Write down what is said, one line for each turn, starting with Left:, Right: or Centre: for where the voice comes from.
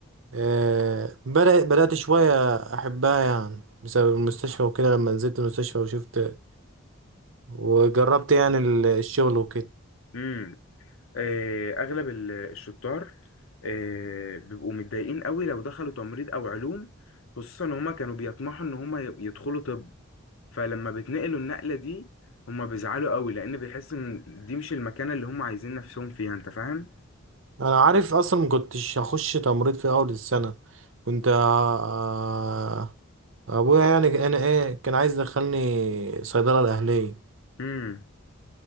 Right: آه بدأ بدأت شوية احبها يعني بسبب المستشفى وكده لما نزلت المستشفى وشفت وجربت يعني ال- الشغل وكده
Left: بقى آه، اغلب ال- الشطار آه، بيبقوا متضايقين قوي لو دخلوا تمريض او علوم خصوصا ان هما كانوا بيطمحوا ان هما ي- يدخلوا طب فلما بتنقلوا النقلة دي هما بيزعلوا قوي لان بيحسوا ان دي مش المكانة اللي هما عايزين نفسهم فيها انت فاهم
Right: انا عارف اصلا ما كنتش هخش تمريض في اول السنه كنت آه، آه، ابويا يعني انا ايه كان عايز يدخلني صيدله الاهليه
Left: امم